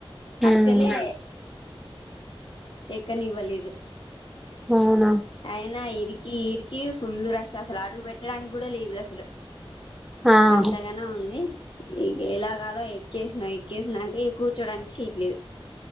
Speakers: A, in the centre; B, on the left (about 60°).
A: ఉమ్,
B: అసలే ఎక్క నివలేదు
A: అవునా
B: అయినా ఇరి కీర్ కీర్ ఫుల్ రష్ అసలు అడుగు పెట్ట పెట్టడానికి కూడా లేదు అసలు
A: ఆహా
B: అంతగానే ఉంది ఇక ఎలాగాలో ఎక్కేసినా ఎక్కేసినంక కూర్చోవడానికి సీటు లేదు